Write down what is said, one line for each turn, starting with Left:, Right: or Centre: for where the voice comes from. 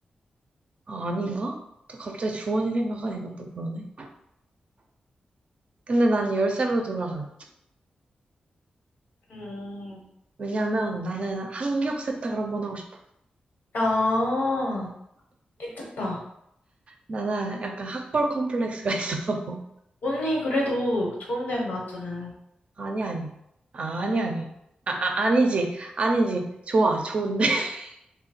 Right: 아, 아닌가? 또 갑자기 주원이 생각하니까 또 그러네. 근데 난 열살로 돌아가.
Left: 음,
Right: 왜냐면 나는 학력 세탁을 한 번 하고 싶어.
Left: 아, 괜찮다.
Right: 나는 약간 학벌 컴플렉스가 <laughs> 있어서.
Left: 언니 그래도 좋은 대학 나왔잖아요.
Right: 아니, 아니야. 아, 아니, 아니야. 아, 아, 아니지. 아니지. 좋아. 좋은데. <laughs>